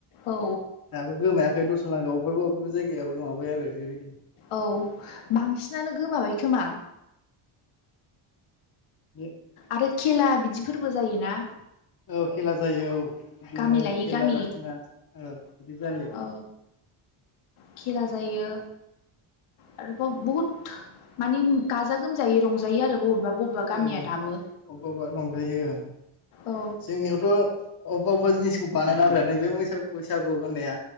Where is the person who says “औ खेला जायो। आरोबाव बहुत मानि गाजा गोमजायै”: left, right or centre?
Left